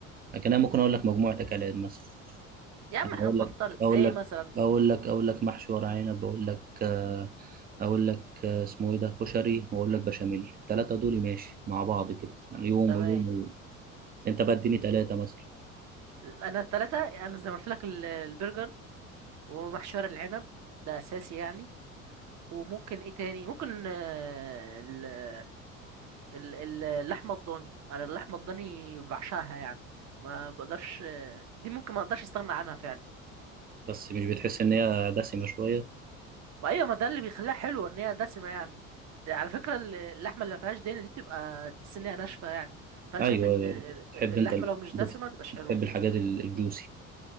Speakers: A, on the right; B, on the right.
A: لكن انا ممكن اقول لك مجموعه اكلات مثلا
B: يا عم
A: يعني
B: احنا
A: اقول
B: بنفترض
A: لك اقول
B: ايه
A: لك
B: مثلا
A: اقول لك اقول لك محشي ورق عنب اقول لك آه اقول لك آه اسمه ايه ده كشري واقول لك بشاميل الثلاثه دول ماشي مع بعض كده يعني يوم
B: تمام
A: ويوم ويوم انت بقى اديني ثلاثه مثلا
B: انا التلاتة انا زي ما قلت لك ال- البرجر ومحشي ورق العنب ده اساسي يعني وممكن ايه تاني ممكن آه، ال ال- ال- اللحمه الضاني انا اللحمه الضاني بعشقها يعني ما بقدرش دي ممكن ما اقدرش استغنى عنها فعلا
A: بس مش بتحس ان هي دسمه شويه
B: ما ايوه ما ده اللي بيخليها حلوه ان هي دسمه يعني ده على فكره ال- اللحمه اللي ما فيهاش دهنه دي بتبقى تحس انها ناشفه يعني فانا
A: ايوه
B: شايف ان
A: ايوه تحب
B: اللحمه
A: انت ال-
B: لو مش
A: بت-
B: دسمه ما تبقاش
A: بتحب
B: حلوه
A: الحاجات ال- الجوسي